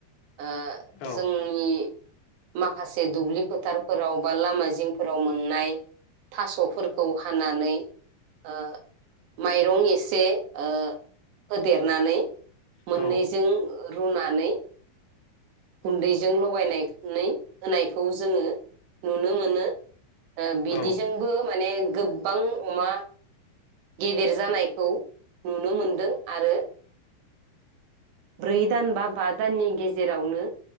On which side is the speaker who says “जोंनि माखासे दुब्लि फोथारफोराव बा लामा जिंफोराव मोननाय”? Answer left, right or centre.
Right